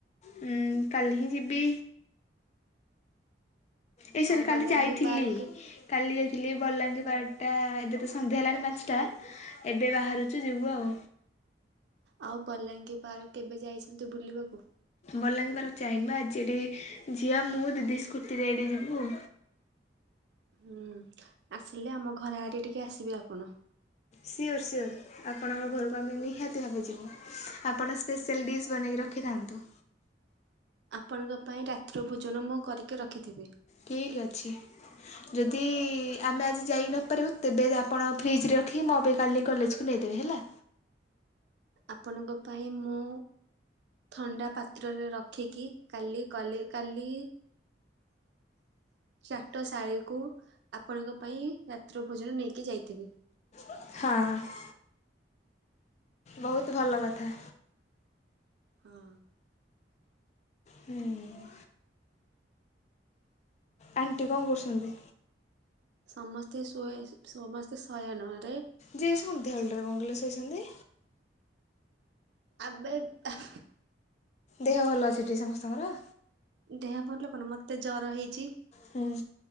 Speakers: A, on the left; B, on the right.
A: ହୁଁ କାଲି ହିଁ ଯିିବି। ଏଇ ଶୁଣ
B: ଆଉ
A: କାଲି
B: ବଲାଙ୍ଗୀ
A: ଯାଇଥିଲି
B: ପାର୍କ
A: କାଲି ଯାଇଥିଲି ବଲାଙ୍ଗୀର ବାରଟା ଏବେ ତ ସନ୍ଧ୍ୟା ହେଲାଣି ପାଞ୍ଚଟା ଏବେ ବାହାରୁଚୁ ଯିବୁ ଆଉ।
B: ଆଉ ବଲାଙ୍ଗିର ପାର୍କ କେବେ ଯାଇଛନ୍ତି ବୁଲିବାକୁ?
A: ବଲାଙ୍ଗୀର ପାର୍କ ଯାଇନି ବା ଆଜି ଏଠି ଝିଅ ମୁଁ ଦିଦି ସ୍କୁଟିରେ ଏଇଠି ଯିବୁ।
B: ହୁଁ ଆସିଲେ ଆମ ଘରେ ଆଡ଼େ ଟିକେ ଆସିବେ ଆପଣ।
A: Sure sure. ଆପଣଙ୍କ ଘରକୁ ଆମେ ନିହାତି ଭାବେ ଯିବୁ ଆପଣ ସ୍ପେଶିଆଲ୍ ଡିସ୍ ବନେଇକି ରଖିଥାନ୍ତୁ।
B: ଆପଣଙ୍କ ପାଇଁ ରାତ୍ର ଭୋଜନ ମୁଁ କରିକି ରଖିଥିବି।
A: ଠିକ୍ ଅଛି। ଯଦି ଆମେ ଆଜି ଯାଇ ନପାରିବୁ ତେବେ ଆପଣ ଫ୍ରିଜ ରେ ରଖିକି ମୋ ପାଇଁ କାଲି କଲେଜକୁ ନେଇଦେବେ ହେଲା।
B: ଆପଣଙ୍କ ପାଇଁ ମୁଁ ଥଣ୍ଡା ପାତ୍ରରେ ରଖିକି କାଲି କଲେ କାଲି ଚାଟ ଶାଳୀକୁୁ ଆପଣଙ୍କ ପାଇଁ ରାତ୍ର ଭୋଜନ ନେଇକି ଯାଇଥିବି।
A: ହଁ। ବହୁତ ଭଲ
B: ହଁ
A: କଥା।
B: ହଁ।
A: ହୁଁ। ଆଣ୍ଟି କଣ କରୁଛନ୍ତି?
B: ସମସ୍ତେ ସୋଏ ସମସ୍ତେ ଶୟନ ରେ।
A: ଯେ ଏ ସନ୍ଧ୍ୟା ବେଳଟାରେ ହଣ କିଲୋ ସୋଇଛନ୍ତି।
B: ଆବେ ଆଃ।
A: ଦେହ ଭଲ ଅଛି ଟି ସମସ୍ତଙ୍କର?
B: ଦେହ ଭଲ କଣ ମତେ ଜର ହେଇଚି।
A: ହୁଁ।